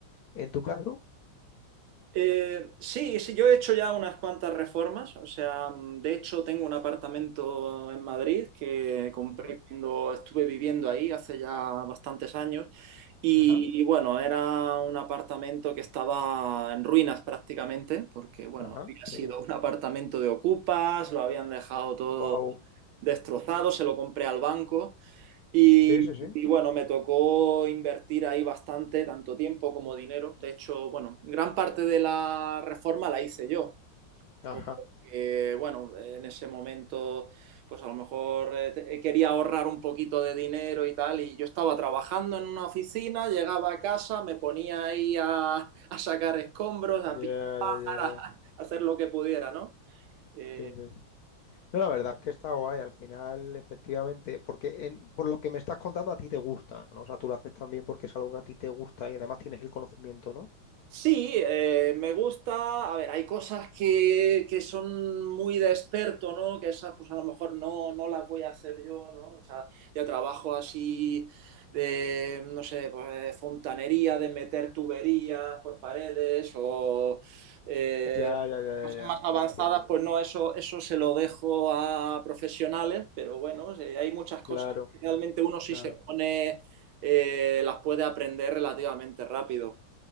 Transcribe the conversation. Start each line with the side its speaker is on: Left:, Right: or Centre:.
Left: En tu caso,
Right: Eh, sí, sí, yo he hecho ya unas cuantas reformas, o sea, mm, de hecho tengo un apartamento en Madrid que compré
Left: Ujú,
Right: cuando estuve viviendo ahí hace ya bastantes años y,
Left: Ajá,
Right: y bueno, era un apartamento que estaba en ruinas prácticamente porque, bueno,
Left: ajá,
Right: había
Left: qué
Right: sido
Left: bueno.
Right: un apartamento de ocupas, lo habían dejado todo
Left: Wow.
Right: destrozado, se lo compré al banco y,
Left: Sí, sí, sí.
Right: y bueno, me tocó invertir ahí bastante, tanto tiempo como dinero. De hecho, bueno, gran parte de la reforma la hice yo,
Left: Ajá.
Right: porque bueno, en ese momento, pues a lo mejor eh, te- eh, quería ahorrar un poquito de dinero y tal, y yo estaba trabajando en una oficina, llegaba a casa, me ponía ahí a, <laughs> a sacar escombros,
Left: Ya,
Right: a pintar, a,
Left: ya, ya, ya.
Right: a hacer lo que pudiera, ¿no? Eh,
Left: Qué interesante. No, la verdad es que está guay. Al final, efectivamente, porque en- por lo que me estás contando, a ti te gusta, ¿no? O sea, tú lo haces también porque es algo que a ti te gusta y además tienes el conocimiento, ¿no?
Right: Sí, eh, me gusta. A ver, hay cosas que, que son muy de experto, ¿no? Que esas, pues a lo mejor no, no las voy a hacer yo, ¿no? O sea, yo trabajo así de, no sé, pues, de fontanería, de meter tuberías por paredes o eh,
Left: Ya, ya, ya,
Right: cosas
Left: ya, ya.
Right: más avanzadas,
Left: Entiendo.
Right: pues no, eso, eso se lo dejo a profesionales, pero bueno, sí, hay muchas cosas
Left: Claro.
Right: que realmente uno si
Left: Claro,
Right: se pone, eh, las puede aprender relativamente rápido.